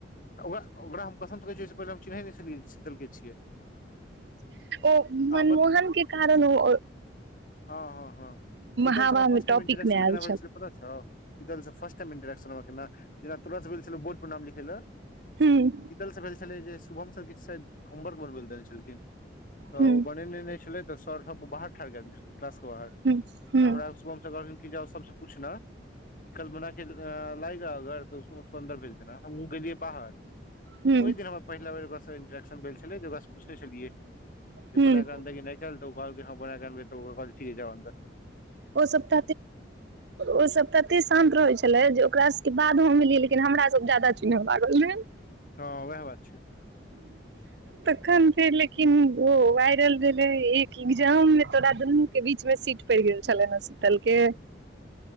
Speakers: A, on the left; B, on the right.
A: ओकरा ओकरा हम पसन्द करै छीयई ओइ से पहिने हम चिनहै नहि छलिये शीतलके छियै
B: ओ
A: आ
B: मनमोहन के कारण ओ
A: हाँ हाँ ह शीतल
B: हवा
A: स फर्स्ट
B: मे
A: टाइम
B: टॉपिक
A: इंट्रोडक्शन
B: मे
A: केना
B: आयल
A: भेल छलै पता छौ फिस्ट टाइम इंटरैक्शन जेना तोरा जे भेल छलौ बोड पर नाम लिखेले
B: हूं
A: कतलसँ फैल छलै जे शुभम सर किछु शायद होमवर्क बनब लेल देने छलखिन त ओ
B: हूँ
A: बनेने नै छलै तऽ सर बाहर ठार कय देने छलै क्लास के बाहर
B: हूँ हूँ
A: हमरा शुभम जाओ सबसे पूछना ई कल्पना के आ लागग आ सन्दर भेलर दर गै बाहर
B: हूँ
A: ओहि दिन हमरा पहिला बेर ओकरासँ इन्ट्रेक्शन भेल छलै जे ओकरासँ पुछने छलियै जे
B: हूँ
A: बनाकऽ अनतै कि नई अनतौ कहलकइ हम बना कर अनबई तो वो कहलकइ ठीक जाउ अनबैइ
B: ओ सब ओ सब तते शान्त रहै छले जे ओकरा सके बाद मिल लेकिन हमरा सब ज्यादा चुने लागल रहय
A: हँ उएह बात छै
B: तखन फेर लेकिन ओ वायरल भेले एक एग्जाम मे तोरा दुनू के बीच में सीट परि गेल कल्ला ने सूतलके